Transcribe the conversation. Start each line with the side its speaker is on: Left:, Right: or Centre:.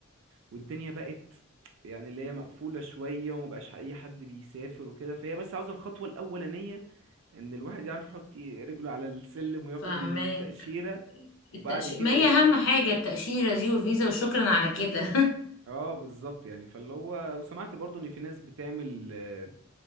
Right: والدنيا بقت يعني اللي هي مقفولة شوية ومبقاش أي حد بيسافر وكده فهي بس عاوزة الخطوة الأولانية إن الواحد يعرف يحط إيه رجله على السلم وياخد
Left: فهماك
Right: التأشيرة
Left: التأشيرة
Right: وبعد كده
Left: ما هي
Right: إيه
Left: اهم حاجه التأشيره دي والفيزا وشكرا على كده
Right: اه بالظبط يعني فاللي هو وسمعت برضو ان في ناس بتعمل آه،